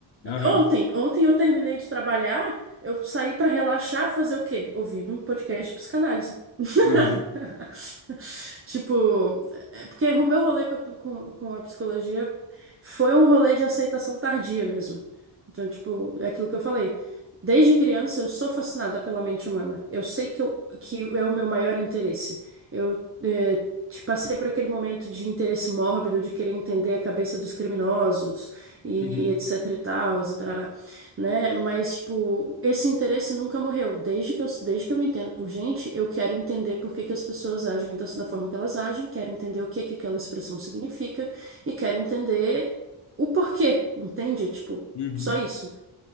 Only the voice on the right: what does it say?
Ontem, ontem eu terminei de trabalhar, eu saí pra relaxar, fazer o quê? Ouvir um podcast de psicanálise. <laughs>
Tipo, é porque o meu rolê com a, com, com a psicologia foi um rolê de aceitação tardia mesmo. Então, tipo, é aquilo que eu falei. Desde criança eu sou fascinada pela mente humana. Eu sei que, eu, que é o meu maior interesse. Eu eh, te passei por aquele momento de interesse mórbido, de querer entender a cabeça dos criminosos e,
e etc e tal, e tarará, né? Mas, tipo, esse interesse nunca morreu. Desde que eu, desde que eu me entendo por gente, eu quero entender por que que as pessoas agem da, da forma que elas agem, quero entender o que que aquela expressão significa e quero entender o porquê, entende? Tipo,
só isso.